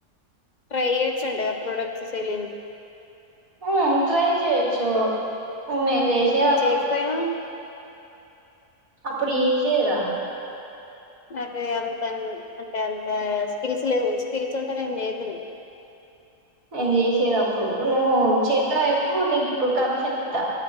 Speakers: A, on the left (about 40°); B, on the right (about 70°).
A: ట్రై చేయచ్చంటా కదా ప్రొడక్ట్స్ సెల్లింగ్
B: ఆ ట్రై చేయొచ్చు నేను చేశేది అప్పుడు.
A: చేయకపోయినా
B: అప్పుడు చేశేదా
A: నాకు అంత అంటే అంత స్కిల్స్ లేవు స్కిల్స్ ఉంటే నేను చేద్దును.
B: <inaudible> నేను చేసేది అప్పుడు నువ్వు చేత్తవా చెప్పు నీకు ఇప్పుడు కమిషన్ ఇత్తా.